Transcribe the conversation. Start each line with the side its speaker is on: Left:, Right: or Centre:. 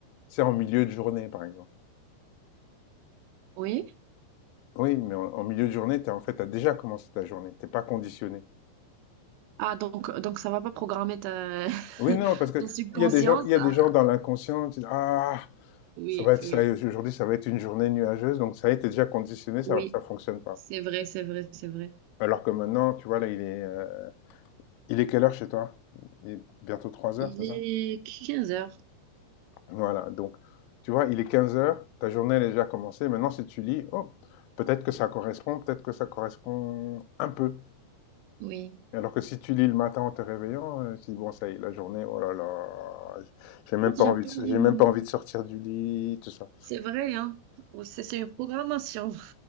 Left: tu sais, en milieu de journée, par exemple.
Right: oui.
Left: Oui, mais en en milieu de journée, t'es en fait, t'as déjà commencé ta journée, t'es pas conditionné.
Right: Ah, donc, donc ça va pas programmer ta... <laughs>
Left: Oui, non, parce que
Right: ton subconscience.
Left: il y a des gens il y a
Right: Ah,
Left: des gens dans l'inconscient, tu dis: «Ah,
Right: oui,
Left: ça va être
Right: oui,
Left: ça, aujourd'hui, ça va être une journée nuageuse», donc ça y est, tu déjà conditionné, ça
Right: oui.
Left: ça fonctionne pas.
Right: C'est vrai, c'est vrai, c'est vrai.
Left: Alors que maintenant, tu vois, là, il est, euh, Il est quelle heure chez toi? Il est bientôt 3
Right: Il
Left: heures, c'est
Right: est
Left: ça?
Right: 15 heures.
Left: Voilà, donc tu vois, il est 15 heures, ta journée elle est déjà commencée. Maintenant, si tu lis, oh, peut-être que ça correspond, peut-être que ça correspond un peu.
Right: Oui.
Left: Alors que si tu lis le matin en te réveillant, euh, tu dis, bon, ça y est, la journée, oh là là, j'ai même
Right: En fait,
Left: pas
Right: j'aime
Left: envie
Right: pas
Left: de,
Right: vraiment.
Left: j'ai même pas envie de sortir du lit, tout ça.
Right: C'est vrai, hein. C'est c'est une programmation.